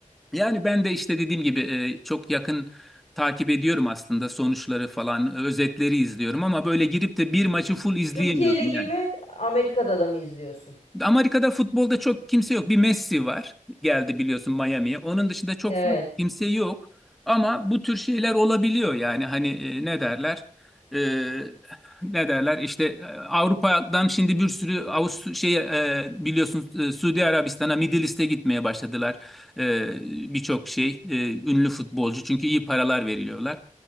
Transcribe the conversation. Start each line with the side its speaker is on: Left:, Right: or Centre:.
Centre: Yani ben de işte dediğim gibi e, çok yakın takip ediyorum aslında sonuçları falan, özetleri izliyorum ama böyle girip de bir maçı full izleyemiyorum
Left: Türkiye Ligi
Centre: yani.
Left: mi, Amerika'da da mı izliyorsun?
Centre: Amerika'da futbolda çok kimse yok. Bir Messi var. Geldi biliyorsun Miami'ye. Onun dışında çok
Left: Evet,
Centre: kimse yok. Ama bu tür şeyler olabiliyor yani. Hani e, ne derler? E, ne derler? İşte e, Avrupa'dan şimdi bir sürü Avust şey e, biliyorsun e, Suudi Arabistan'a Middle East'e gitmeye başladılar. E, birçok şey e, ünlü futbolcu çünkü iyi paralar veriliyorlar.